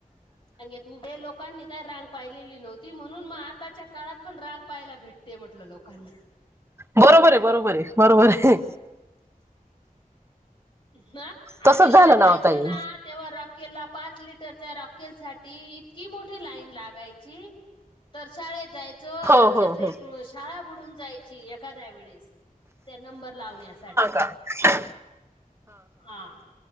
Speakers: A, on the left; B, on the right.
A: रांगेत उभे लोक लोकांनी काय रांग पाहिलेली नव्हती, म्हणून म आताच्या काळात पण रांग पाहायला भेटते म्हटलं लोकांना.
B: बरोबर हे, बरोबर हे, बरोबर हे.
A: ह आम्ही
B: तसच झालं
A: लहान राहायचो
B: ओ ताई
A: ना तेव्हा रॉकेलला पाच लिटरच्या रॉकेल साठी इतकी मोठी लाईन लागायची तर शाळेत जायचो
B: हो
A: आमच्या
B: हो
A: पेप
B: हो
A: शाळा बुडून जाय ची, एखाद्या वेळेस त्या नंबर लावण्यासा
B: <inaudible>
A: हा.